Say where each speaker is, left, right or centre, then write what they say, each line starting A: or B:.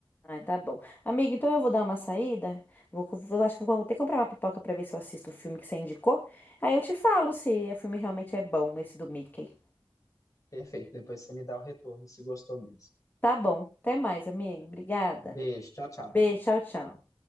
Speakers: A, on the left; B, on the left.
A: Ah, tá bom. Amigo, então eu vou dar uma saída. Vou, co- vou- acho que vou até comprar uma pipoca pra ver se eu assisto o filme que você indicou. Aí eu te falo se o filme realmente é bom, esse do Mickey.
B: Perfeito, depois você me dá o retorno, se gostou mesmo.
A: Tá bom. Até mais, amigo. Obrigada.
B: Beijo, tchau, tchau.
A: Beijo, tchau, tchau.